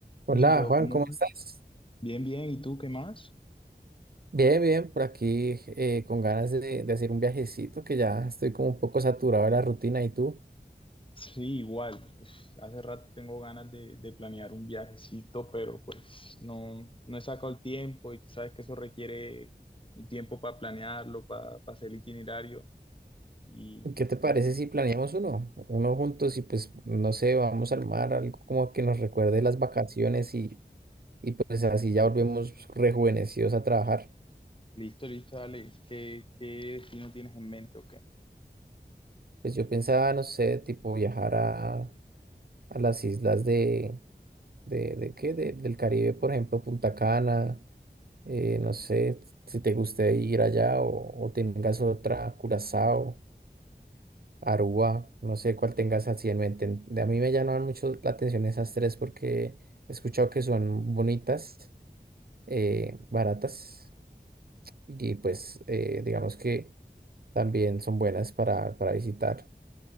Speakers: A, on the right; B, on the left.
A: Hola
B: Hola, Santiago,
A: Juan,
B: ¿cómo
A: ¿cómo
B: vas?
A: estás?
B: Bien, bien, ¿y tú qué más?
A: Bien, bien, por aquí eh, con ganas de, de hacer un viajecito que ya estoy como un poco saturado de la rutina. ¿Y tú?
B: Sí, igual. uf, hace rato tengo ganas de, de planear un viajecito, pero pues no, no he sacado el tiempo y tú sabes que eso requiere un tiempo para planearlo, para, hacer el itinerario. Y
A: ¿Qué te parece si planeamos uno? Uno juntos y pues no sé, vamos al mar, algo como que nos recuerde las vacaciones y, y pues así ya volvemos rejuvenecidos a trabajar.
B: listo, listo, dale. ¿Qué, qué destino tienes en mente o qué?
A: Pues yo pensaba, no sé, tipo viajar a, a las islas de. ¿De, de qué? De- del Caribe, por ejemplo, Punta Cana. eh, no sé si te guste ir allá o, o tengas otra, Curazao, Aruba, no sé cuál tengas así en mente. De a mí me llaman mucho la atención esas tres porque he escuchado que son bonitas, eh, baratas y pues eh, digamos que también son buenas para, para visitar.